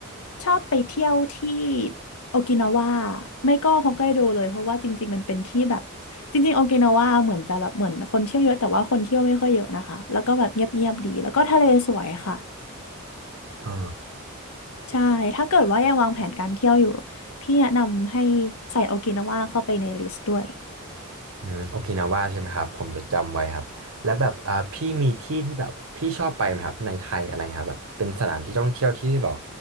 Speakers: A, on the left (about 75°); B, on the right (about 70°).
A: ชอบไปเที่ยวที่โอกินาวาไม่ก็ฮอกไกโดเลยเพราะว่าจริงๆมันเป็นที่แบบจริงๆโอกินาวาเหมือนจะแบบเหมือนคนเที่ยวเยอะแต่ว่าคนเที่ยวไม่ค่อยเยอะนะคะแล้วก็แบบเงียบๆดีแล้วก็ทะเลสวยค่ะ
B: อ๋อ
A: ใช่ถ้าเกิดว่ายังวางแผนการเที่ยวอยู่พี่แนะนำให้ใส่โอกินาวาเข้าไปในลิสต์ด้วย
B: อืมโอกินาว่าใช่ไหมครับผมจะจำไว้ครับแล้วแบบอ่าพี่มีที่ที่แบบพี่ชอบไปไหมครับในไทยอะไรเงี้ยครับแบบเป็นสถานที่ท่องเที่ยวที่แบบ